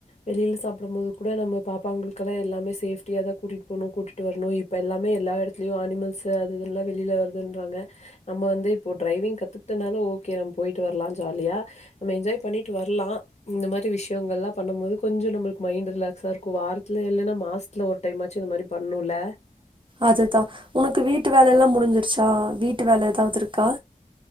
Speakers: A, on the left (about 45°); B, on the right (about 35°).
A: வெளியில சாப்ட போது கூட நம்ம பாப்பாங்களுக்கெல்லாம் எல்லாமே சேப்டியாதான் கூட்டிட்டு போணு கூட்டிட்டு வரணு இப்ப எல்லாமே எல்லா இடத்துலயும் அனிமல்ஸ் அது எல்லாம் வெளியில வருதுன்றாங்க நம்ம வந்து இப்போ டிரைவிங் கத்துட்டனாலும் ஓகே நம்ம போயிட்டு வரலாம் ஜாலியா நம்ம என்ஜாய் பண்ணிட்டு வரலாம் இந்த மாதிரி விஷயங்கள்லாம் பண்ணு போது கொஞ்சம் நம்மளுக்கு மைண்ட் ரிலாக்ஸா இருக்கும் வாரத்துல இல்லைன்னா மாசத்துல ஒரு டைமாச்சும் இந்த மாதிரி பண்ணும்ல
B: அதுதான் உனக்கு வீட்டு வேல எல்லாம் முடிஞ்சிருச்சா வீட்டு வேலை ஏதாவது இருக்கா